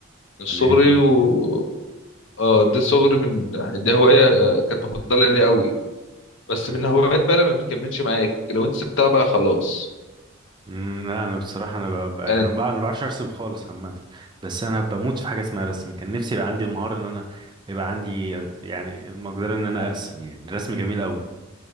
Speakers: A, on the left; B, on the right.
A: من صغري
B: يعني
A: و آه
B: أو-
A: دي
B: أو-
A: صغري من دي هواية آه، كانت مفضلة لي قوي بس
B: لا
A: من هوايات بقى لما بتكملش معاك لو أنت سبتها بقى خلاص
B: مم، لا، انا بصراحه انا ب... ب- انا
A: يعني
B: ب... انا ما بعرفش ارسم خالص عامه بس انا بموت في حاجه اسمها رسم كان نفسي يبقى عندي المهاره ان انا يبقى عندي يعني المقدره ان انا ارسم يعني الرسم جميل قوي